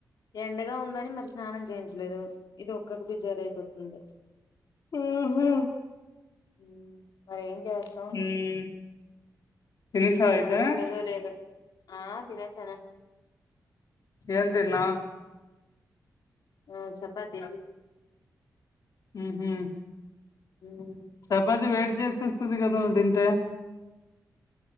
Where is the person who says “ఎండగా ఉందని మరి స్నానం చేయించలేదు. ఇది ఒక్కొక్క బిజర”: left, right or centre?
Left